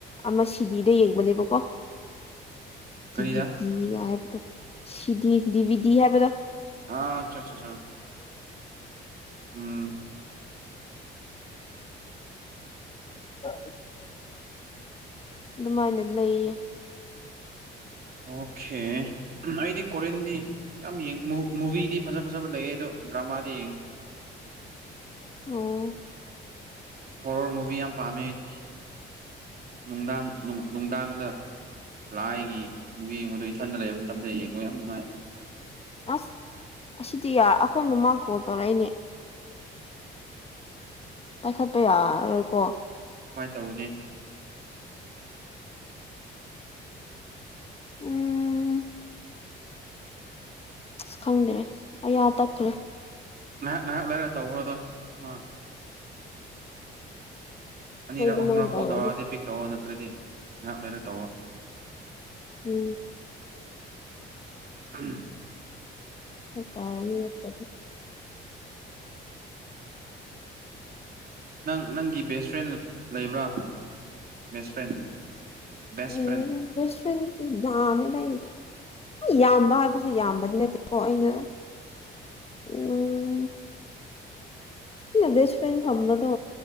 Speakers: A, on the left; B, on the right.
A: ꯑꯃ ꯁꯤꯗꯤꯗ ꯌꯦꯡꯕꯅꯦꯕꯀꯣ
B: ꯀꯔꯤꯗ
A: ꯕꯤꯗꯤ ꯍꯥꯏꯕꯗ ꯁꯤꯗꯤ ꯗꯤꯕꯤꯗꯤ ꯍꯥꯏꯕꯗ
B: ꯑ ꯑꯆꯥ ꯑꯆꯥ ꯎꯝ
A: ꯑ ꯑꯗꯨꯃꯥꯏꯅ ꯂꯩꯌꯦ
B: ꯑꯣꯀꯦ ꯑꯩꯗꯤ ꯀꯔꯤꯦꯟꯗꯤ ꯌꯥꯝꯡ ꯃꯨꯚꯤꯗꯤ ꯐꯖ ꯐꯖꯕ ꯂꯩꯌꯦ ꯑꯗꯣ ꯭ꯔꯃꯗꯤ ꯌꯦ
A: ꯑꯣ
B: ꯍꯣꯔꯣꯔ ꯃꯨꯚꯤ ꯌꯥꯝ ꯄꯥꯝꯃꯦ ꯑꯩꯗꯤ ꯅꯨꯡꯗꯥꯡꯅꯨꯡ ꯅꯨꯡꯗꯥꯡꯗ ꯂꯥꯏꯒꯤ ꯃꯨꯕꯤ ꯌꯦꯡꯕꯗꯣ ꯏꯊꯟꯗ ꯂꯩꯕ ꯃꯇꯝꯗ ꯌꯦꯡꯉꯨ ꯌꯥꯝ ꯅꯨꯡꯉꯥꯏ
A: ꯑꯁ ꯑꯁꯤꯗꯤꯔ ꯑꯩꯈꯣꯏ ꯃꯃꯥ ꯀꯣꯜ ꯇꯧꯔꯛꯏꯅꯦ ꯄꯥꯏꯈꯠꯄ ꯌꯥꯔꯣꯏꯀꯣ
B: ꯀꯃꯥꯏꯅ ꯇꯧꯧꯕꯅꯦ
A: ꯎꯝ ꯑ ꯈꯪꯗ꯭ꯔꯦ ꯑ ꯑ ꯇꯠꯈ꯭ꯔꯦ
B: ꯉꯥꯏꯍꯥꯛ ꯉꯥꯏꯍꯥꯛ ꯂꯩꯔ ꯇꯧꯈ꯭ꯔꯗꯣ ꯃꯥ ꯑꯅꯤꯔꯛ
A: ꯍꯣꯏ ꯑꯗꯨꯃꯥꯏꯅ
B: ꯑꯍꯨꯝꯔꯛ
A: ꯇꯧꯔꯒꯦ
B: ꯀꯣꯜ ꯇꯧꯔꯛꯑꯗꯤ ꯄꯤꯛ ꯇꯧꯔ ꯅꯠꯇ꯭ꯔꯗꯤ ꯉꯥꯏꯍꯥꯛ ꯂꯩꯔ ꯇꯧꯔꯣ
A: ꯎꯝ
B: ꯎꯝ
A: ꯄꯅꯤꯠꯇꯗꯤ
B: ꯅꯪ ꯅꯪꯒꯤ ꯕꯦꯁ ꯐ꯭ꯔꯦꯟ ꯂꯩꯕ꯭ꯔꯥ ꯕꯦꯁ ꯐ꯭ꯔꯦꯟ ꯕꯦꯁ
A: ꯎꯝ
B: ꯐ꯭ꯔꯦꯟ
A: ꯁ ꯌꯥꯝꯃꯦꯅ ꯑꯩꯗꯤ ꯌꯥꯝꯕ ꯍꯥꯏꯕꯕꯁꯤ ꯌꯥꯝꯕꯗꯤ ꯅꯠꯇꯦꯀꯣ ꯑꯩꯅ ꯎꯝ ꯁꯤꯗ ꯕꯦꯁ ꯐ꯭ꯔꯦꯟ ꯊꯝꯕꯗꯣ